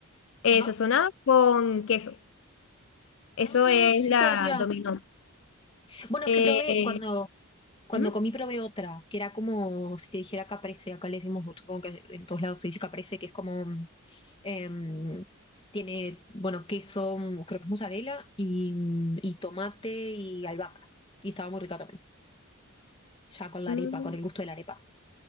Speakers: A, on the left (about 60°); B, on the left (about 25°).
A: eh,
B: Ajá.
A: sazonado con queso. Eso
B: Ah,
A: es
B: sí
A: la
B: podría.
A: dominó.
B: Bueno,
A: Eh,
B: es que probé, cuando, cuando
A: ujú,
B: comí probé otra, que era como si te dijera caprese, acá le decimos, supongo que en todos lados se dice caprese, que es como mm, Em, tiene, bueno, queso, mm, creo que es mozzarella, y, mm, y tomate y albahaca. Y estaba muy rica también, ya con la
A: mm,
B: arepa, con el gusto de la arepa.